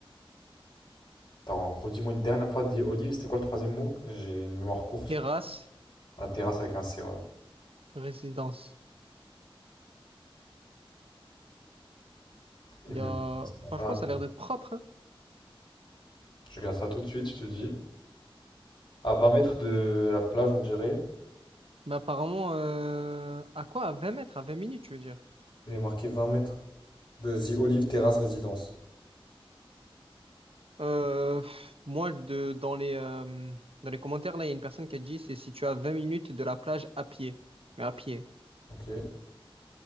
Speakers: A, on the left; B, on the right.
A: Attends, redis-moi une dernière fois The Olive, c'était quoi le troisième mot? J'ai une mémoire courte.
B: Terrace
A: Un terrasse avec un C, voilà.
B: Résidence.
A: Il
B: Il
A: me
B: y a...
A: le...
B: Franchement,
A: Ah,
B: ça a l'air d'être propre, hein.
A: Je regarde ça tout de suite, je te dis. À 20 mètres de la plage, on dirait.
B: Mais apparemment, euh, à quoi? À 20 mètres, à 20 minutes, tu veux dire?
A: Il est marqué 20 mètres de The Olive Terrace Résidence.
B: Euh, pff, moi, de, dans les, euh, dans les commentaires, là, il y a une personne qui a dit c'est si tu as 20 minutes de la plage à pied. Mais à pied.
A: Ok.